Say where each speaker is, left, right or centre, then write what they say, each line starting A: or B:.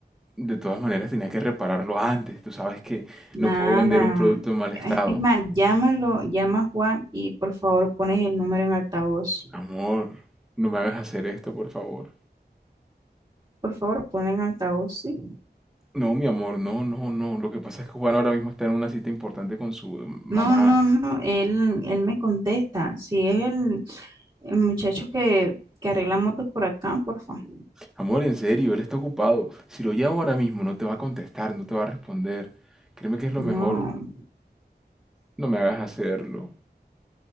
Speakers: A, in the centre; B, on the right.
A: de todas maneras tenía que repararlo antes. Tú sabes que
B: nada.
A: no puedo vender un producto en mal estado.
B: Eh, Es más, llámalo, llama a Juan y por favor pones el número en altavoz.
A: Amor, no me hagas hacer esto, por favor.
B: Por favor, ponlo en altavoz, ¿sí?
A: No, mi amor, no, no, no. Lo que pasa es que Juan ahora mismo está en una cita importante con su eh, mamá.
B: No, no, no, él, él me contesta. Si es el, el muchacho que, que arregla motos por acá, por favor.
A: Amor, en serio, él está ocupado. Si lo llamo ahora mismo, no te va a contestar, no te va a responder. Créeme que es lo
B: No,
A: mejor. No me hagas hacerlo.